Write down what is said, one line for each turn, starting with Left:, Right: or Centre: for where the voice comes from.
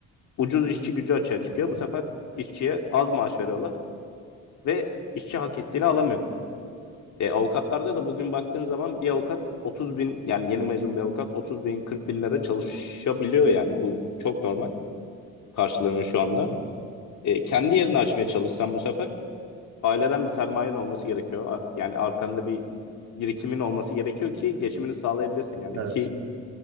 Left: ucuz işçi gücü açığa çıkıyor.
Right: Hı hı.
Left: Bu sefer işçiye az maaş veriyorlar ve işçi hak ettiğini alamıyor. E, avukatlarda da bugün baktığın zaman bir avukat 30 bin yani yeni mezun bir avukat 30 bin 40 bin lira çalışabiliyor yani bu çok normal karşılanıyor şu anda.
Right: Hı hı.
Left: E, kendi yerini açmaya çalışsan bu sefer aileden bir sermayen olması gerekiyor. A- Yani arkanda bir birikimin olması gerekiyor ki geçimini sağlayabilirsin yani
Right: Evet.
Left: ki